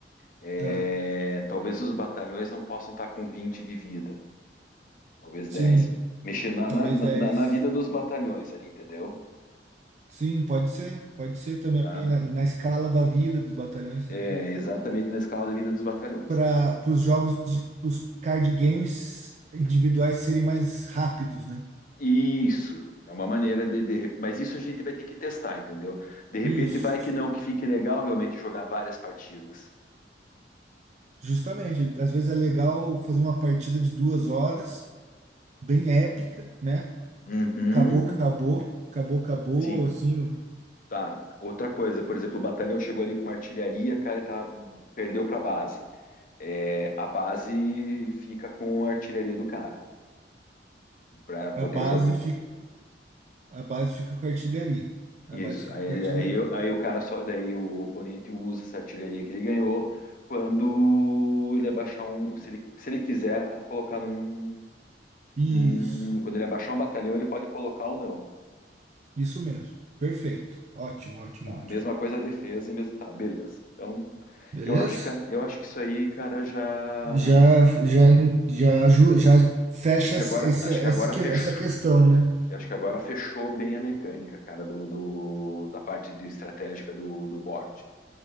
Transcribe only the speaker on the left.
é,
talvez os batalhões não possam estar com 20 de vida, talvez
10, Mexer na,
na,
na, na vida dos batalhões ali, entendeu?
Tá?
É, exatamente na escala da vida dos batalhões.
Isso é uma maneira de, de re- mas isso a gente vai ter que testar, entendeu? De repente
vai que não, que fique legal realmente jogar várias partidas.
Uhum,
sim,
tá. Outra coisa, por exemplo, o batalhão chegou ali com uma artilharia, cara, e tá, perdeu para base. É, a base fica com a artilharia do cara para
poder
jogar.
Isso.
Aí,
aí, aí o cara só, daí o oponente usa essa artilharia que ele ganhou quando ele abaixar um, se ele, se ele quiser colocar num
Num- quando ele abaixar um batalhão, ele pode colocar ou não.
Tá?
A Mesma coisa a defesa e mesmo. Tá, beleza. Então,
eu acho que, eu acho que isso aí, cara, já.
Acho que
agora,
acho
que agora
fechou.
Eu acho que agora fechou bem a mecânica, cara, do, do- da parte de estratégica do, do board.